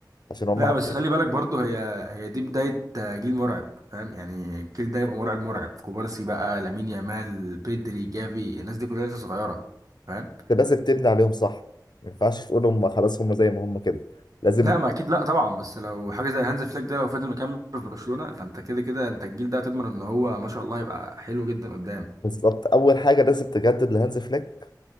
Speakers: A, on the left; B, on the right.
A: عشان هم
B: لا
A: عم-
B: بس خلي بالك برضو هي هي دي بداية آه، جيل مرعب فاهم يعني الجيل ده يبقى مرعب مرعب كوبارسي بقى لامين يامال بيدري جافي الناس دي كلها لسه صغيرة فاهم
A: انت لازم تبني عليهم صح ما ينفعش تقول هم خلاص هم زي ما هم كده لازم
B: لا ما اكيد لا طبعا بس لو حاجة زي هانز فليك ده لو فضل مكمل في برشلونة فانت كده كده انت الجيل ده هتضمن ان هو ما شاء الله يبقى حلو جدا قدام
A: بالظبط اول حاجه لازم تجدد لهانز فليك